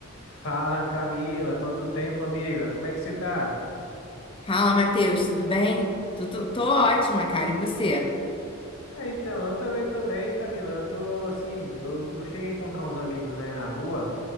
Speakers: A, on the left; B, on the left.
A: Fala Camila, quanto tempo, amiga? Como é que você tá?
B: Fala, Matheus, tudo bem? Tô, tô- tô ótima, cara. E você?
A: É, então, eu também tô bem, Camila. Eu tô assim, eu, eu cheguei a encontrar uns amigos, né, na rua,